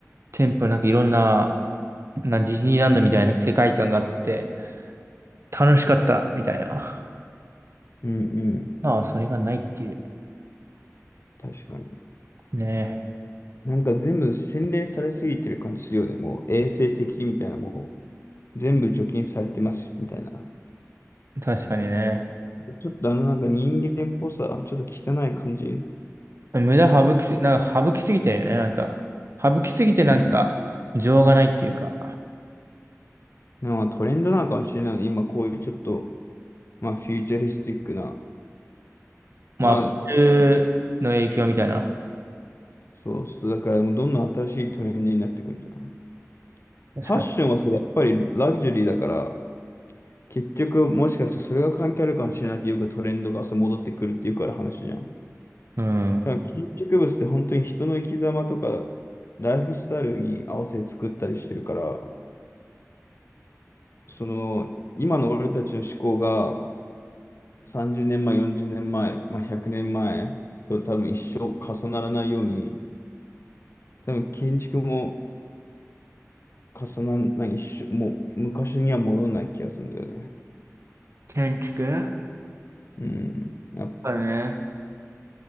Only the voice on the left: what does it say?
うんうん。
確かに。
なんか全部洗練されすぎてる感じするよね。もう衛生的みたいな、もう全部除菌されてますみたいな。
ちょっとあのなんか人間っぽさ、ちょっと汚い感じ。
うん。
なんかトレンドなのかもしれないね。今こういうちょっと、まあフューチャリスティックな、
まあ、
つそうそう、だからもうどんどん新しいトレンドになってくるんじゃない
ファッションはさ、やっぱりラグジュアリーだから、結局、もしかしてそれが関係あるかもしれないけど、よくトレンドがさ戻ってくるっていうから話じゃん。
ただ建築物って本当に人の生き様とか、ライフスタイルに合わせて作ったりしてるから、その、今の俺たちの思考が30年前、40年前、まあ、100年前と多分一生重ならないように、多分建築も重ならない、一生、もう昔には戻らない気がするんだよね。
うん。やっ